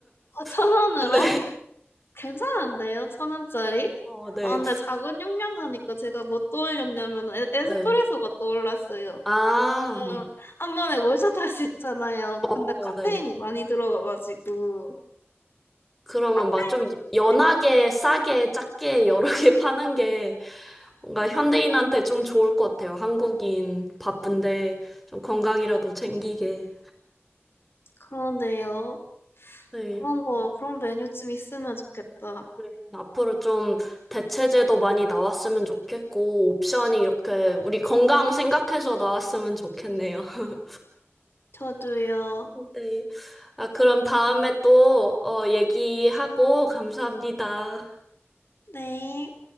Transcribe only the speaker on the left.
아, 천
원으로
괜찮은데요? 천 원짜리?
아 근데 작은 용량 하니까 제가 뭐 떠올렸냐면 에, 에스프레소가
떠올랐어요.
그냥
한 번에 몰샷 할 수 있잖아요.
근데 카페인이
많이 들어가가지고
카페인.
네.
음.
그런데요.
그런 거, 그런 메뉴 좀 있으면 좋겠다.
저도요.
네.